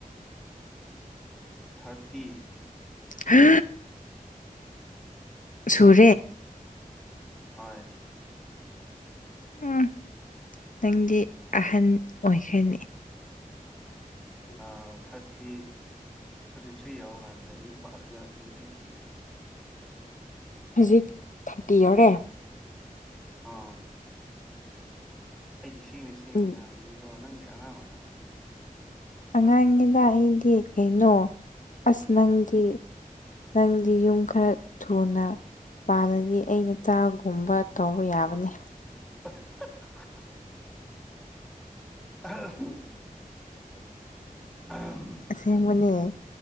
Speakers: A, in the centre; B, on the left.
A: ꯊꯥꯔꯇꯤ
B: ꯍꯥ ꯁꯨꯔꯦ
A: ꯑꯃ ꯍꯣꯏ
B: ꯎꯝ ꯅꯪꯗꯤ ꯑꯍꯟ ꯑꯣꯏꯈ꯭ꯔꯦꯅꯦ
A: ꯑ ꯊꯥꯔꯇꯤ ꯊꯥꯔꯇꯤ ꯊ꯭ꯔꯤ ꯌꯥꯎꯔꯀꯥꯟꯗ ꯌꯨꯝꯄꯥꯜ ꯅꯨꯄꯤ ꯊꯤꯔꯅꯤ
B: ꯍꯧꯖꯤꯛ ꯊꯥꯔꯇꯤ ꯌꯧꯔꯦ
A: ꯑꯥ ꯑꯩꯗꯤ ꯁꯦꯡꯅ ꯁꯦꯡꯅ
B: ꯎꯝ
A: ꯉꯥꯡꯕꯅꯤꯀꯣ ꯅꯪꯗꯤ ꯑꯉꯥꯡ ꯑꯣꯏꯔꯝꯒꯤꯅꯤ
B: ꯑꯉꯥꯡꯉꯦꯗ ꯑꯩꯗꯤ ꯀꯩꯅꯣ
A: ꯍꯣꯏ
B: ꯑꯁ ꯅꯪꯗꯤ ꯅꯪꯗꯤ ꯌꯨꯝ ꯈꯔ ꯊꯨꯅ ꯄꯥꯜꯂꯗꯤ ꯑꯩꯅ ꯆꯥꯒꯨꯝꯕ ꯇꯧꯕ ꯌꯥꯕꯅꯦ
A: <unintelligible> ꯑꯍꯥ ꯍꯝ ꯑꯝ
B: ꯑꯁꯦꯡꯕꯅꯦ